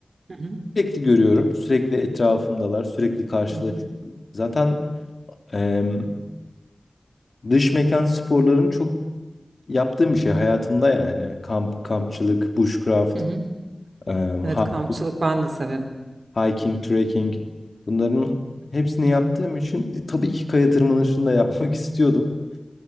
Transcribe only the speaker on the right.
Hı hı,
hı hı,
hı hı.
Evet
kampçılık ben de severim.